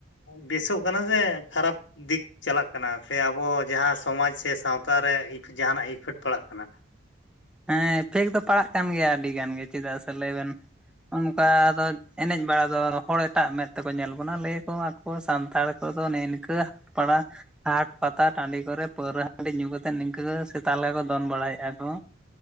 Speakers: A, on the left; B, in the centre.
A: ᱵᱮᱥᱚᱜ ᱠᱟᱱᱟ ᱥᱮ ᱠᱷᱟᱨᱟᱯ ᱫᱤᱠ ᱪᱟᱞᱟᱜ ᱠᱟᱱᱟ ᱥᱮ ᱟᱵᱚ ᱡᱟᱦᱟᱸ ᱥᱚᱢᱟᱡᱽ ᱥᱮ ᱥᱟᱶᱛᱟ ᱨᱮ ᱡᱟᱦᱟᱱᱟᱜ ᱤᱯᱷᱮᱠᱴ ᱯᱟᱲᱟᱜ ᱠᱟᱱᱟ᱾
B: ᱦᱮᱸ ᱤᱯᱷᱮᱠᱴ ᱫᱚ ᱯᱟᱲᱟᱜ ᱠᱟᱱ ᱜᱮᱭᱟ ᱟᱹᱰᱤ ᱜᱟᱱ ᱜᱮ ᱪᱮᱫᱟᱜ ᱥᱮ ᱞᱟᱹᱭ ᱵᱮᱱ ᱚᱱᱠᱟ ᱟᱫᱚ ᱮᱱᱮᱡ ᱵᱟᱲᱟ ᱫᱚ ᱦᱚᱲ ᱮᱴᱟᱜ ᱢᱮᱫ ᱛᱮᱠᱚ ᱧᱮᱞ ᱵᱚᱱᱟ ᱞᱟᱹᱭ ᱟᱠᱚ ᱟ ᱠᱚ ᱥᱟᱱᱛᱟᱲ ᱠᱚᱫᱚ ᱱᱮᱜ ᱱᱤᱠᱟᱹ ᱵᱟᱲᱟ ᱦᱟᱴ ᱯᱟᱛᱟ ᱴᱟᱺᱰᱤ ᱠᱚᱨᱮ ᱯᱟᱹᱣᱨᱟᱹ ᱦᱟᱺᱰᱤ ᱧᱩ ᱠᱟᱛᱮᱫ ᱱᱤᱝᱠᱟᱹ ᱥᱮᱛᱟ ᱞᱮᱠᱟ ᱠᱚ ᱫᱚᱱ ᱵᱟᱲᱟᱭᱮᱫᱼᱟ ᱠᱚ